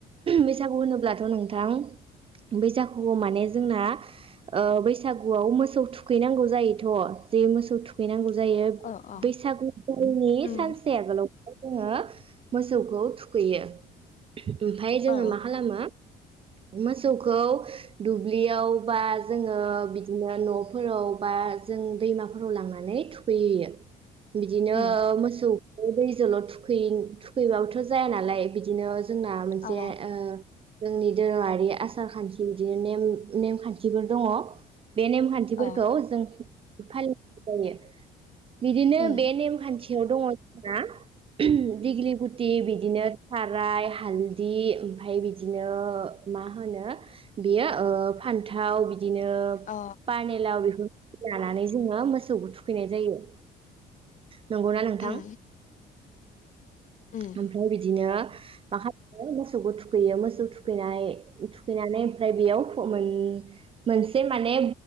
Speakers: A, on the right; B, on the left.
A: बैसागु होनोब्लाथ नोंथां बैसागुखौ माने जोंना ओ बैसागुआव मोसौ थुखैनांगौ जायोथ' जे मोसौ थुखैनांगौ जायो
B: अ अ
A: बैसागुनि
B: उम
A: सानसे आगोलाव जोङो मोसौखौ थु खैयो ओमफाय जोङो
B: अ
A: मा खालामो मोसौखौ दुब्लियाव बा जोङो बिदिनो नफोराव बा जों दैमाफोराव लांनानै थुखैहैयो‌ बिदिनो
B: उम
A: मोसौ दैजोल थुखै-थुखैबाबोथ जो जाया नालाय बिदिनो जो जोंना मोनसे
B: अ
A: ओ जोंनि दोरोङारि आसार खान्थि बिदिनो नेम-नेमखान्थिफोर दङ बे नेमखान्थिफोरखौ
B: अ
A: जों फालिनाय जायो बिदिनो
B: उम
A: बे नेमखान्थियाव दङ हा <unintelligible> दिगलि गुथि बिदि बिदिनो थाराय हालदि ओमफ्राय बिदिनो मा होनो बियो ओ फान्थाव बि बिदिनो
B: अ
A: पानेलाव बेफो लानानै जोङो मोसौखौ थुखैनाय जायो नंगौना नोंथां
B: उम उम
A: ओमफ्राय बिदिनो मा खालामो मोसौखौ थुखैयो मोसौ थुखैनाय थुखैनानै ओमफ्राय बेयाव मोन मोनसे माने